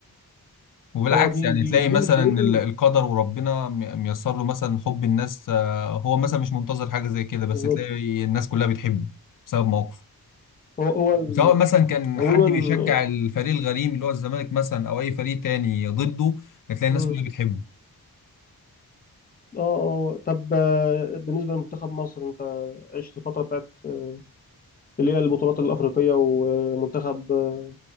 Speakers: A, on the left (about 55°); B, on the left (about 25°).
A: وبالعكس
B: هو دي
A: يعني
B: دي
A: تلاقي
B: دي
A: مثلا
B: اللي خلته
A: ال- القدر وربنا م- ميسر له مثلا حب الناس آه، هو مثلا مش منتظر حاجه زي كده بس
B: بالظبط
A: تلاقي الناس كلها بتحبه بسبب مواقفه
B: هو هو ال...
A: سواء مثلا كان
B: عموما
A: حد بيشجع الفريق الغريم اللي هو الزمالك مثلا او اي فريق تاني ضده هتلاقي الناس
B: مم.
A: كلها بتحبه
B: اه اه طب آه، بالنسبه لمنتخب مصر انت عشت الفتره بتاعت آه، اللي هي البطولات الافريقيه ومنتخب آه،